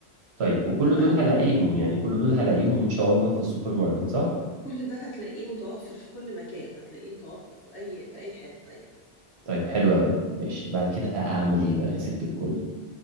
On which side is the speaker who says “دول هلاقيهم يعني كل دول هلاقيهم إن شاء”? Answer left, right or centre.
Right